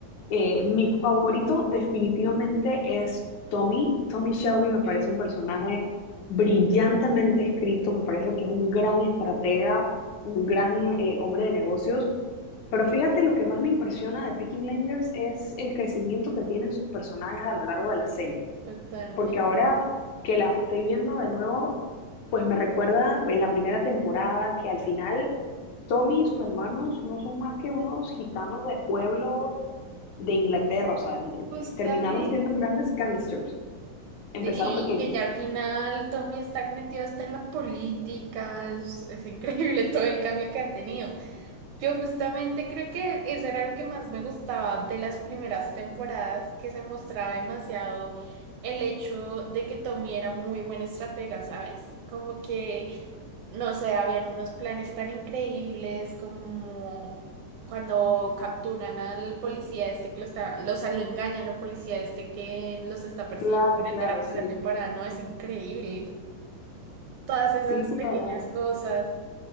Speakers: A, on the left (about 70°); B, on the right (about 75°).
A: Eh, mi favorito definitivamente es Tommy. Tommy Shelby me parece
B: Sí.
A: un personaje brillantemente escrito, me parece que es un gran estratega, un gran eh, hombre de negocios. Pero fíjate, lo que más me impresiona de Peaky Blinders es el crecimiento que tienen sus personajes a lo largo de la serie.
B: Totalmente.
A: Porque ahora que la estoy viendo de nuevo, pues me recuerda en la primera temporada que al final Tommy y sus hermanos no son más que unos gitanos de pueblo de Inglaterra, o sea,
B: Justamente.
A: terminaron siendo grandes gangsters, empezaron
B: Sí,
A: pequeños.
B: que ya al final Tommy está metido hasta en la política. Es, es increíble todo el cambio que han tenido. Yo justamente creo que eso era lo que más me gustaba de las primeras temporadas, que se mostraba demasiado el hecho de que Tommy era muy buen estratega, ¿sabes? Como que, no sé, habían unos planes tan increíbles como cuando capturan al policía este que lo está, lo- o sea, lo engañan al policía este que los está persiguiendo
A: Claro,
B: durante
A: claro,
B: la primera
A: sí.
B: temporada, ¿no? Es increíble. Todas esas
A: Sí, sí,
B: pequeñas
A: la verdad.
B: cosas,